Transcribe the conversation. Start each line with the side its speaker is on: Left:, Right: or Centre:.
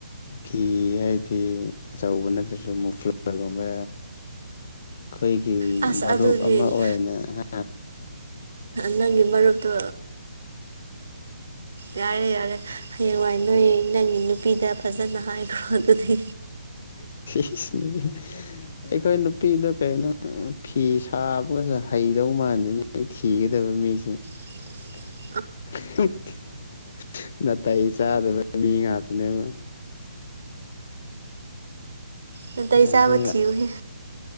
Left: ꯐꯤ ꯍꯥꯏꯗꯤ ꯑꯆꯧꯕ ꯅꯠꯇ꯭ꯔꯁꯨ ꯃꯨꯐ꯭ꯂꯔꯒꯨꯝꯕ ꯑꯈꯣꯏꯒꯤ
Right: ꯑꯁ
Left: ꯃꯔꯨꯞ
Right: ꯑꯗꯨꯗꯤ
Left: ꯑꯃ ꯑꯣꯏꯅ ꯍꯥ
Right: ꯅꯪꯒꯤ ꯃꯔꯨꯞꯇꯣ ꯌꯥꯔꯦ ꯌꯥꯔꯦ ꯍꯌꯦꯡꯋꯥꯏ ꯅꯣꯏ ꯅꯪꯒꯤ ꯅꯨꯄꯤꯗ ꯐꯖꯅ ꯍꯥꯏꯈ꯭ꯔꯣ ꯑꯗꯨꯗꯤ
Left: <unintelligible> ꯑꯩꯈꯣꯏ ꯅꯨꯄꯤꯗꯣ ꯀꯩꯅꯣ ꯐꯤ ꯁꯥꯕꯒꯁꯨ ꯍꯩꯗꯧ ꯃꯥꯟꯗꯦꯅꯦ ꯑꯩ ꯊꯤꯒꯗꯕ ꯃꯤꯁꯦ
Right: <unintelligible>
Left: <unintelligible> ꯅꯥꯇꯩ ꯆꯥꯗꯕ ꯃꯤ ꯉꯥꯛꯇꯅꯦꯕ
Right: ꯅꯥꯇꯩ ꯆꯥꯕ
Left: ꯑꯗꯨ
Right: ꯊꯤꯌꯨꯍꯦ